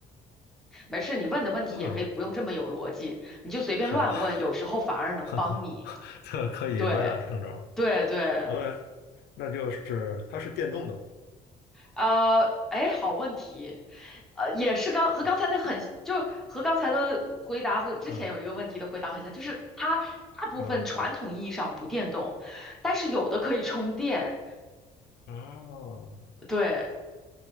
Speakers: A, in the centre; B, on the left (about 70°).
A: 没事，你问的问题也可以不用这么有逻辑，
B: 嗯，
A: 你就随便乱问，
B: 好，<laughs>
A: 有时候反而能帮你，
B: 哈哈，这可以歪打正着。
A: 对对对。
B: OK，那就是它是电动的，
A: 呃，哎，好问题，呃，也是刚和刚才那很，
B: 嗯
A: 就和刚才的回答和之前有一个问题的回答很像，
B: 嗯
A: 就是它大部分传统意义上不电动，
B: 嗯
A: 但是有的可以充电，
B: 哦，
A: 对，